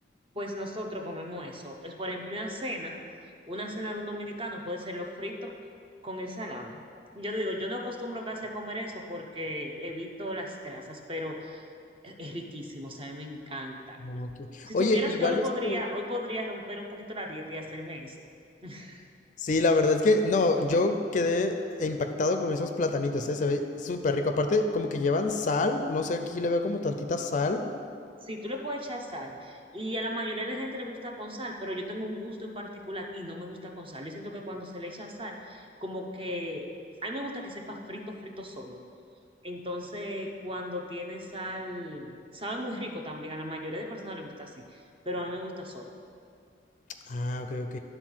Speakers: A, on the right; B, on the left.
A: pues nosotros comemos eso. Es, por ejemplo, una cena, una cena de un dominicano puede ser los fritos con el salami. Yo te digo, yo no acostumbro casi a comer eso porque evito las grasas, pero es, es riquísimo, o sea, a mí me encanta.
B: Ok.
A: Si
B: Oye,
A: supieras
B: igual
A: que hoy podría,
B: este,
A: hoy podría romper un poquito la dieta y hacerme eso. <laughs>
B: Sí, la verdad es que no, yo quedé impactado con esos platanitos, ¿eh? Se ve súper rico. Aparte, como que llevan sal, no sé, aquí le veo como tantita sal.
A: Sí, tú le puedes echar sal. Y a la mayoría de la gente le gusta con sal, pero yo tengo un gusto en particular y no me gusta con sal. Yo siento que cuando se le echa sal, como que a mí me gusta que sepa frito, frito solo. Entonces, cuando tiene sal, sabe muy rico también. A la mayoría de personas le gusta así, pero a mí me gusta solo.
B: Ah, ok, ok.